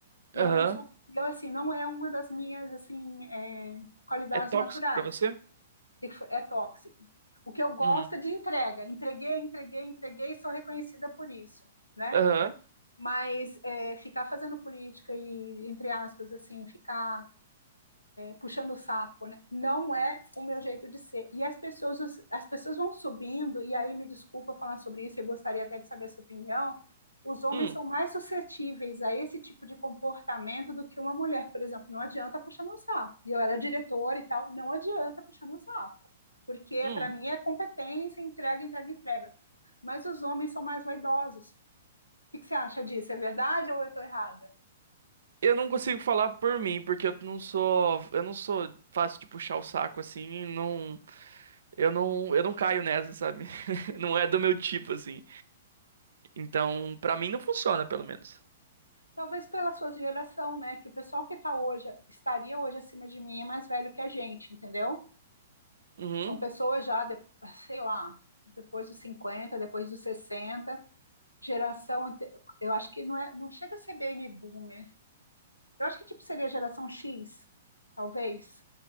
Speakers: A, on the left; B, on the right.
A: E
B: Aham.
A: eu não sou, e eu assim, não é uma das minhas assim é, qualidades
B: É tóxico
A: naturais.
B: pra você?
A: O que que foi? É tóxico. O que eu gosto
B: Uhum.
A: é de entrega. Entreguei, entreguei, entreguei e sou reconhecida por isso, né?
B: Aham.
A: Mas é, ficar fazendo política e, entre aspas, assim, ficar puxando o saco, né? Não é o meu jeito de ser. E as pessoas, as pessoas vão subindo, e aí me desculpa falar sobre isso, eu gostaria até de saber a sua opinião. Os homens
B: Hum,
A: são mais suscetíveis a esse tipo de comportamento do que uma mulher, por exemplo. Não adianta puxar no saco. E eu era diretora e tal, não adianta puxar no saco. Porque
B: hum.
A: para mim é competência, entrega, entrega, entrega. Mas os homens são mais vaidosos. O que que você acha disso? É verdade ou eu estou errada?
B: Eu não consigo falar por mim, porque eu não sou, eu não sou fácil de puxar o saco assim, não, eu não, eu não caio nessa, sabe? <laughs> Não é do meu tipo assim. Então, pra mim não funciona, pelo menos.
A: Talvez pela sua geração, né? Que o pessoal que tá hoje, estaria hoje acima de mim é mais velho que a gente, entendeu?
B: Uhum.
A: São pessoas já, de- sei lá, depois dos 50 depois dos 60 geração, ante- eu acho que não é, não chega a ser baby boomer. Eu acho que tipo seria a geração X, talvez.